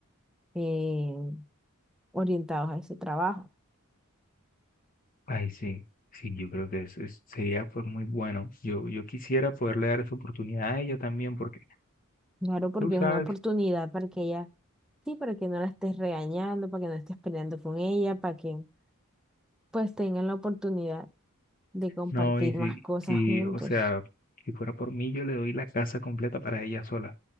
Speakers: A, in the centre; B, on the left (about 40°).
A: eh, orientados a ese trabajo.
B: Ay, sí, sí, yo creo que es- es- sería pues muy bueno. Yo, yo quisiera poderle dar esa oportunidad a ella también, porque
A: Claro, porque
B: tú sabes,
A: es una oportunidad para que ella, sí, para que no la estés regañando, para que no estés peleando con ella, para que pues tengan la oportunidad de compartir
B: no, y si,
A: más cosas
B: y,
A: juntos.
B: o sea, si fuera por mí, yo le doy la casa completa para ella sola,